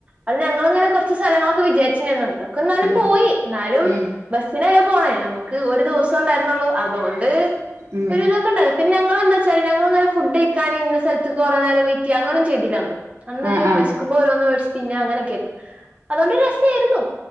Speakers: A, on the right (about 25°); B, on the right (about 65°).
A: അത് ഞങ്ങള്ങ്ങനെ കൊർച്ച് സെലങ്ങളൊക്കെ വിചാരിച്ചിനിന്നതാ ക്ന്നാലും
B: ഉം
A: പോയി ന്നാലും
B: ഉം
A: വെസ് <unintelligible> പോണേ നമ്മക്ക് ഒരു ദിവസം ഉണ്ടായിരുന്നുള്ളു. അതുകൊണ്ട്
B: ഉം
A: ഒരു ഇതൊക്കെണ്ടായി പിന്നെങ്ങളെന്താച്ചാല് ഞങ്ങളിങ്ങനെ ഫുഡഴിക്കാന് ഇന്ന സൽത്ത് കൊറേ നേരം വെറ്റ് ചെയ്യ അങ്ങന ഒുന്നും ചെയ്തില്ലന്ന്. അന്ന്
B: ആഹ് ആഹ്
A: വെശ്ക്കുമ്പോ ഓരോന്ന് വേടിച്ച് പിന്നെ അങ്ങനൊക്കേര്ന്ന് അതുകൊണ്ട് രസേരുന്നു